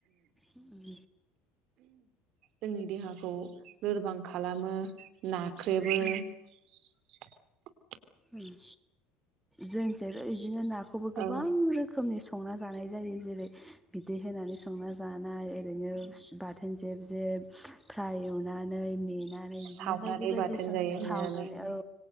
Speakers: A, in the centre; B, on the right (about 55°).
A: उम।
B: जोंनि देहाखौ लोरबां खालामो ना ख्रेबो
A: उम
B: <inaudible>
A: उम। जोंथो इदिनो नाखौबो गोबां
B: औ
A: रोखोमनि स संना जानाय जायो जेरै बिदै होनानै संना जानाय ओरैनो बाथोन जेब जेब फ्राय एवनानै मे नानै बिदिनो
B: सावनानै
A: बायदि बायदि
B: बाथोन
A: सङो
B: जायो
A: सावनानै
B: होननानै
A: औ